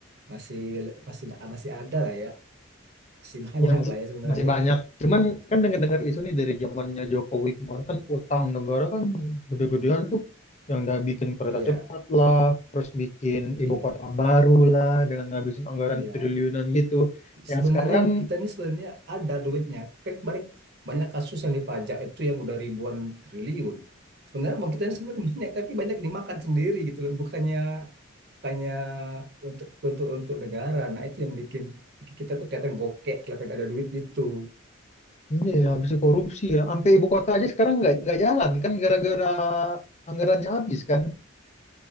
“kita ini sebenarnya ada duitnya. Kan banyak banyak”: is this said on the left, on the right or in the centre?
Right